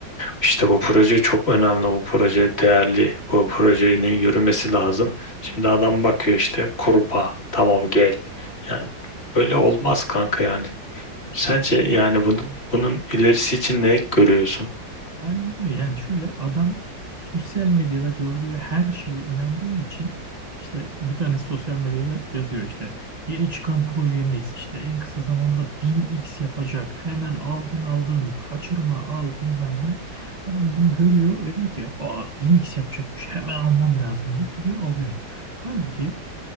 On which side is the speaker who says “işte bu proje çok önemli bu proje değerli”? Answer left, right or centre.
Left